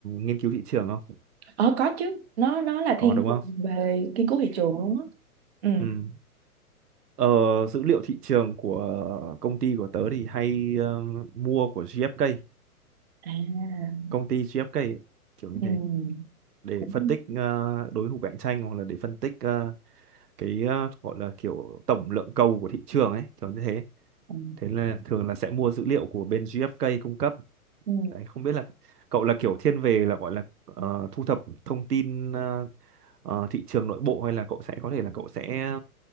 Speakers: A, on the right; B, on the right.
A: nghiên cứu thị trường không?
B: ờ có chứ nó nó là
A: Có
B: thiên
A: đúng
B: thuần
A: không?
B: về nghiên cứu thị trường luôn á ừ
A: Ừ. Ờ, dữ liệu thị trường của công ty của tớ thì hay ờ, mua của GfK,
B: à
A: công ty GfK ấy, kiểu như
B: ừ
A: thế để
B: cũng
A: phân tích ờ, đối thủ cạnh tranh hoặc là để phân tích ờ, cái ờ, gọi là kiểu tổng lượng cầu của thị trường ấy, kiểu như thế.
B: ừ.
A: Thế là thường là sẽ mua dữ liệu của bên GfK cung cấp
B: ừ.
A: Đấy, không biết là cậu là kiểu thiên về là gọi là ờ, thu thập thông tin ờ, ờ, thị trường nội bộ hay là cậu sẽ có thể là cậu sẽ